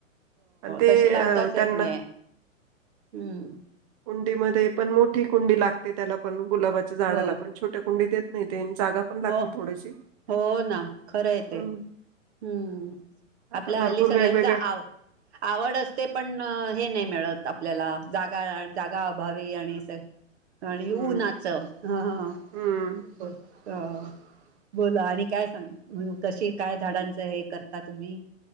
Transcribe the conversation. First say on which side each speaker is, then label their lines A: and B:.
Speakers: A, on the right; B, on the right.
A: आणि ते
B: तशी लावताच
A: अ
B: येत
A: त्यांना
B: ना हूं.
A: कुंडीमध्ये, पण मोठी कुंडी लागते त्याला पण गुलाबाच्या झाडाला
B: हो
A: पण छोट्या कुंडी येत नही ते जागा पण लागते
B: हो,
A: थोडीशी
B: हो ना खरंय
A: हम्म
B: ते. हूं
A: आता
B: आपल्या
A: भरपूर
B: हल्ली सगळ्यांचा
A: वेगवेगळ्या
B: आव आवड असते पण हे नाही मिळत आपल्याला. जागा, जागा अभावी आणि स आणि
A: हम्म
B: उन्हाच ह ह.
A: हम्म
B: ब. अ बोला, आणि काय सांग कशी काय झाडांचं हे करता तुम्ही?